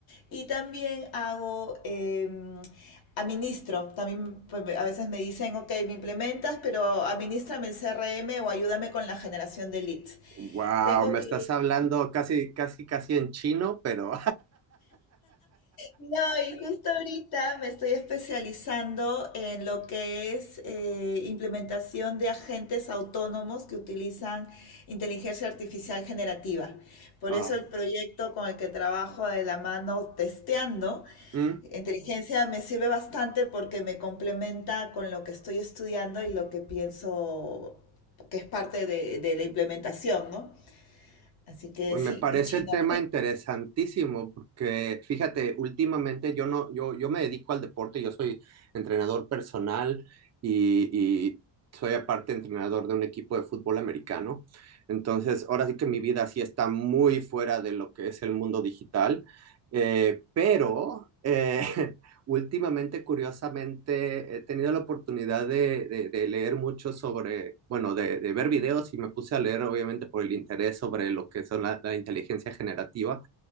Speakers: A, on the left; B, on the right.
A: Y también hago, eh, administro, también pues, a veces me dicen, ok, me implementas, pero administrame el CRM o ayúdame con la generación de leads.
B: Wow,
A: Tengo
B: me
A: que
B: estás hablando casi, casi, casi en chino, pero.
A: No, y justo ahorita me estoy especializando en lo que es eh, implementación de agentes autónomos que utilizan inteligencia artificial generativa. Por
B: <laughs>
A: eso el proyecto con el que trabajo de la mano testeando
B: Wow.
A: inteligencia me sirve bastante porque me complementa con lo que estoy estudiando y lo que pienso que es parte de, de la implementación, ¿no? Así que
B: Pues
A: sí,
B: Me parece
A: es chino.
B: el tema interesantísimo porque fíjate, últimamente yo no, yo, yo me dedico al deporte, yo soy entrenador personal y, y soy aparte entrenador de un equipo de fútbol americano. Entonces, ahora sí que mi vida sí está muy fuera de lo que es el mundo digital, eh, pero eh, <laughs> Últimamente, curiosamente, he tenido la oportunidad de, de- de leer mucho sobre, bueno, de, de ver videos y me puse a leer, obviamente, por el interés sobre lo que son la, la inteligencia generativa.